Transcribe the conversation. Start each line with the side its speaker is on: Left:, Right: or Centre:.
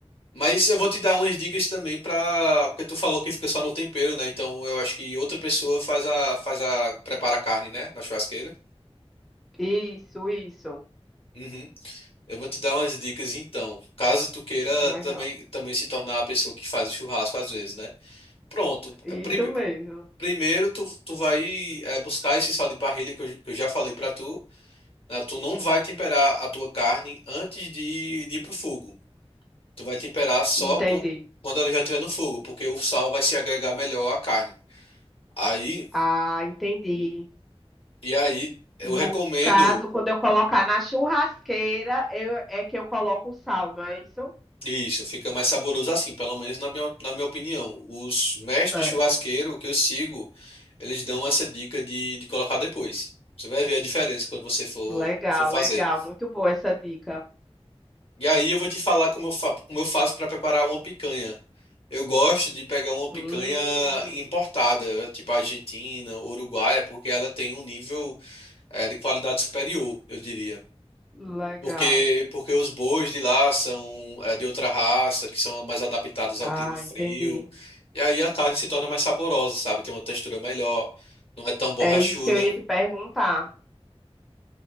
Left: Mas eu vou te dar umas dicas também pra. Porque tu falou que fica só no tempero, né? Então eu acho que outra pessoa faz a, faz a, prepara a carne, né? Na churrasqueira.
Centre: Isso, isso.
Left: Uhum. Eu vou te dar umas dicas então, caso tu queira
Centre: Legal.
Left: também, também se tornar a pessoa que faz o churrasco às vezes, né? Pronto, é,
Centre: Isso
Left: pri-
Centre: mesmo.
Left: primeiro tu, tu vai é, buscar esse sal de parrilha que eu, que eu já falei pra tu, né? Tu não vai temperar a tua carne antes de, de ir pro fogo. Tu vai temperar só
Centre: Entendi.
Left: com- quando ela já estiver no fogo, porque o sal vai se agregar melhor à carne. Aí,
Centre: Ah, entendi.
Left: e aí eu
Centre: No
Left: recomendo
Centre: caso, quando eu colocar na churrasqueira, eu- é que eu coloco o sal, não é isso?
Left: isso, fica mais saboroso assim, pelo menos na minha, na minha opinião. Os mestres
Centre: Certo.
Left: churrasqueiros que eu sigo Eles dão essa dica de, de colocar depois. Você vai ver a diferença quando você for,
Centre: Legal,
Left: for fazer.
Centre: legal. Muito boa essa dica.
Left: E aí eu vou te falar como eu, fa como eu faço para preparar uma picanha. Eu gosto de pegar uma picanha
Centre: Hum,
Left: importada, tipo argentina, uruguaia, porque ela tem um nível eh, de qualidade superior, eu diria.
Centre: legal.
Left: Porque, porque os bois de lá são eh, de outra raça, que são mais adaptados
Centre: Ah,
Left: ao clima frio.
Centre: entendi.
Left: E aí a carne se torna mais saborosa, sabe? Tem uma textura melhor, não é tão borrachuda.
Centre: É isso que eu ia te perguntar.